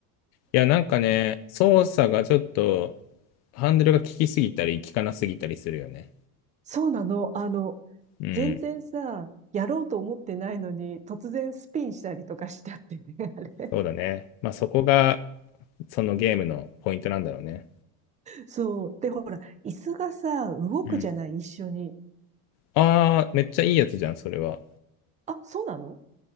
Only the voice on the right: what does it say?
そうなのあの、
全然さ、やろうと思ってないのに、突然スピンしたりとかしちゃってね、<laughs> あれ。
そう。で、ほら、椅子がさ、動くじゃない、
一緒に。
あ、そうなの